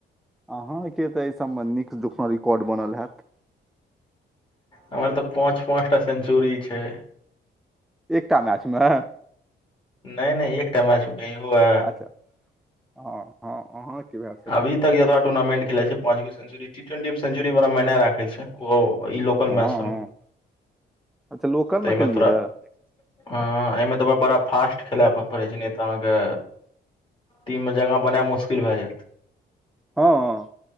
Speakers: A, in the centre; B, on the left.
A: अहाँके तऽ एहि सभ नीक जखनो रिकॉर्ड बनल हैत
B: हमर तऽ पाँच पाँचटा सेन्चुरी छै
A: एकटा मैचमे
B: नहि नहि एकटा मैचमे कहीं हुए
A: अच्छा हँ हँ अहाँके भए सकैए
B: अभी तक अतबा टूर्नामेंट खेलै छी पाँच गो सेंचुरी ठीक सेंचुरी बड़ा मायने राखै छै ओ ई लोकल
A: हँ
B: मैच सभमे
A: हँ अच्छा लोकलमे
B: तैमे
A: केलियै
B: तोरा
A: रहए
B: हँ एहिमे तऽ बड़ा फास्ट खेला पर पड़ै छेलै तऽ अहाँके टीम मे जगह बनाएब मुश्किल भऽ जायत
A: हँ हँ